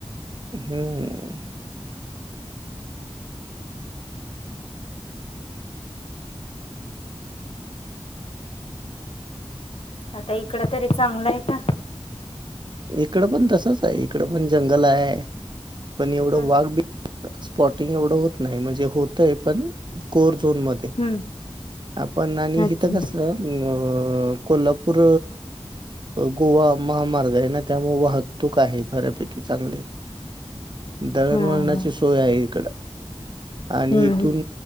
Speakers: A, on the right; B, on the left.
A: हम्म
B: आता इकडं तरी चांगलं आहे का
A: इकडं पण तसंच आहे, इकडं पण जंगल आहे पण एवढं
B: हा.
A: वाघ बी स्पॉटिंग एवढं होत नाही म्हणजे होतय पण कोर झोन मध्ये
B: हम्म
A: आपण आणि
B: अच्छा
A: इथं कसं कोल्हा पूर गोवा महामार्ग आहे ना त्यामुळे वाहत तूक आहे बऱ्यापैकी चांगली दळणवळणाची
B: हा हा
A: सोय आहे इकडं आणि
B: हम्म
A: इथून